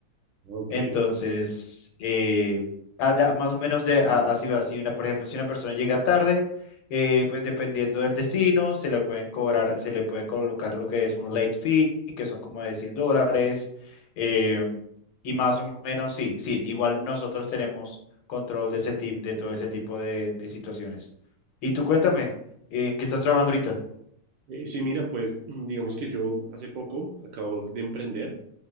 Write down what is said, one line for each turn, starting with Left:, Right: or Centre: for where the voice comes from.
Right: Ok.
Left: Entonces, eh, ah, da- más o menos de, a- así va. Si una, por ejemplo, si una persona llega tarde, eh, pues dependiendo del destino, se le pueden cobrar, se le puede colocar lo que es un late fee, que son como de 100 dólares. em, y más o menos, sí, sí, igual nosotros tenemos control de ese tipo, de todo ese tipo de, de situaciones. Y tú cuéntame, ¿en qué estás trabajando ahorita?
Right: Eh, sí, mira, pues <clears throat> digamos que yo hace poco acabo de emprender.